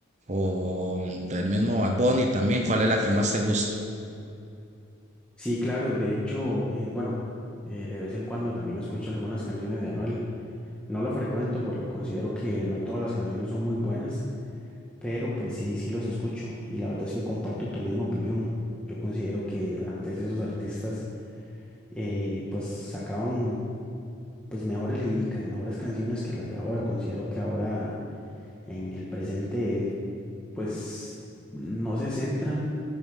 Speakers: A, on the right; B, in the centre.
A: o del mismo Bad Bunny también, ¿cuál es la que más te gusta?
B: Sí, claro, de hecho, eh, bueno, eh, de vez en cuando también escucho algunas canciones de Anuel. No lo frecuento porque considero que no todas las canciones son muy buenas, pero pues sí, sí los escucho y la verdad es que comparto tu misma opinión. Yo considero que antes esos artistas eh, pues sacaban pues mejores líricas, mejores canciones que las de ahora. Considero que ahora en el presente pues no se centran